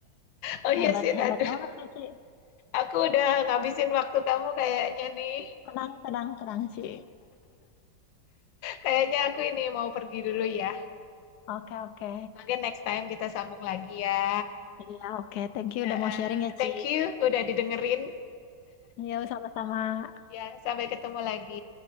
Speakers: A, on the left; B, on the left.
A: Oh iya
B: hebat
A: sih,
B: hebat
A: aduh.
B: banget Cici,
A: Aku udah ngabisin waktu kamu kayaknya nih.
B: tenang tenang tenang Ci,
A: Kayaknya aku ini mau pergi dulu ya.
B: oke oke.
A: Mungkin next time kita sambung lagi ya.
B: Iya, oke. Thank you
A: Eh,
B: udah
A: eh,
B: mau sharing ya,
A: Thank
B: Ci.
A: you udah didengerin.
B: Yo, sama-sama.
A: Ya, sampai ketemu lagi.